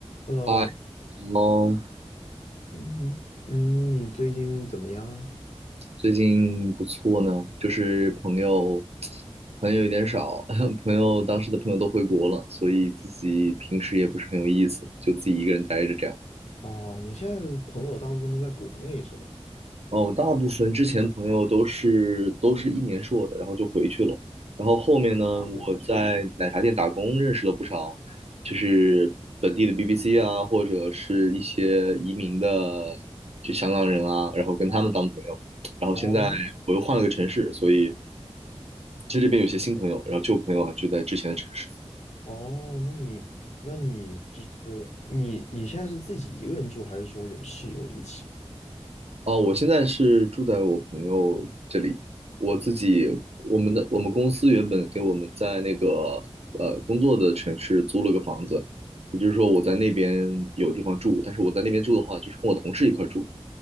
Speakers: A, on the left; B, on the right.
A: Hello，
B: 嗨，喽，
A: 嗯嗯，你最近怎么样？
B: 最近不错呢，就是朋友，朋友有点少，<laughs> 朋友当时的朋友都回国了，所以自己平时也不是很有意思，就自己一个人待着这样。
A: 哦，你现在的朋友大部分都在国内是吧？
B: 哦，大部分之前朋友都是都是一年硕的，然后就回去了。然后后面呢，
A: 哦，读完就回去了。
B: 我在奶茶店打工，认识了不少，就是本地的 BBC 啊，或者是一些移民的就香港人啊，然后跟他们当朋友。
A: 哦
B: 然后现在我又换了个城市，
A: 哦，那
B: 所以在这边有些新朋友，然后旧朋友啊就在之前的城市。
A: 哦，那你那你就是你你现在是自己一个人住，还是说有室友一起？
B: 哦，我现在是住在我朋友这里，我自己，我们的我们公司原本给我们在那个呃工作的城市租了个房子，也就是说我在那边有地方住，但是我在那边住的话，就是跟我同事一块儿住，